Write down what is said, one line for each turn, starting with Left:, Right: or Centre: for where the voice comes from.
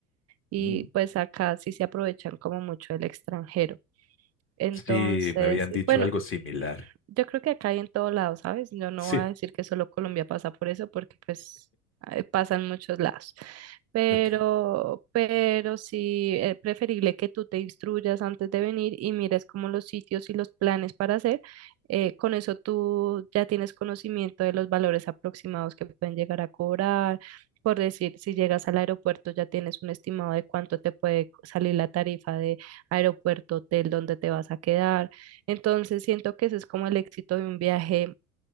Right: Y
Left: Mm,
Right: pues acá sí se aprovechan como mucho el extranjero. Entonces,
Left: Sí, me habían dicho
Right: bueno,
Left: algo similar.
Right: yo creo que acá hay en todo lado, ¿sabes? Yo no
Left: Sí,
Right: voy a decir que solo Colombia pasa por eso, porque pues eh, pasa en muchos lados. Pero,
Left: ok,
Right: pero sí es preferible que tú te instruyas antes de venir y mires como los sitios y los planes para hacer. Eh, con eso tú ya tienes conocimiento de los valores aproximados que pueden llegar a cobrar. Por decir, si llegas al aeropuerto ya tienes un estimado de cuánto te puede salir la tarifa de aeropuerto, hotel, donde te vas a quedar entonces siento que ese es como el éxito de un viaje,